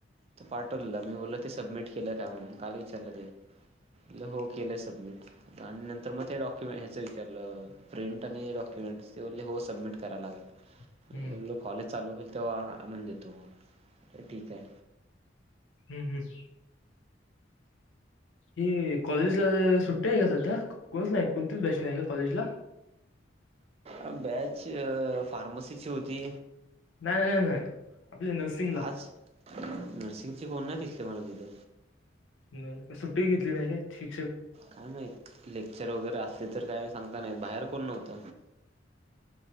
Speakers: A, on the right (about 30°); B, on the left (about 75°).
A: तर पाठवलेला मी बोलल ते सबमिट केल का म्हणून काल विचारलं ते हो केलं सबमिट आणि नंतर मग डॉक्युमेंट कि हच विचारलं प्रिंट आणि डॉक्युमेंट्स ते बोली हो सबमिट कराला लागेल.
B: हम्म
A: बोललो कॉलेज चालू होईल तेव्हा आणून देतो मग ठीक आहे.
B: हम्म हम्. ह कॉलेजला सुट्टी आहे का सध्या कोणच नाही कोणतीच बॅच नाही आहे का कॉलेजला.
A: अ बॅच फार्मसीची होती.
B: नाही नाही नाही आपल्या नर्सिंगला
A: आज नर्सिंगचे कोण नाही दिसले, मला तिथं.
B: नाही सुट्टी घेतली नाही काय ठी
A: काय माहित लेक्चर वगैरे अस ते तर काय सांगता नाही बाहेर कोण नव्हत.